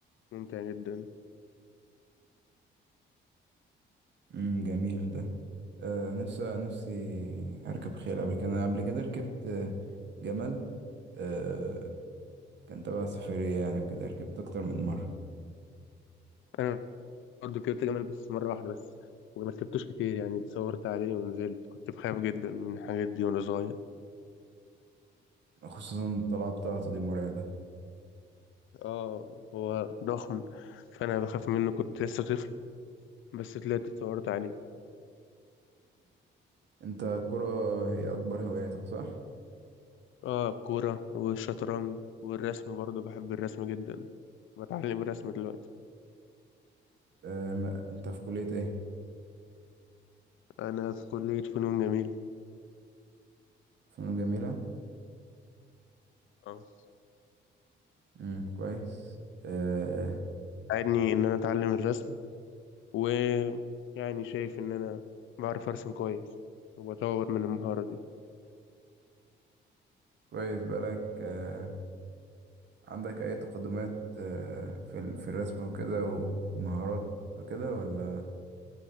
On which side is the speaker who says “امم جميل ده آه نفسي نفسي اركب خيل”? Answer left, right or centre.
Right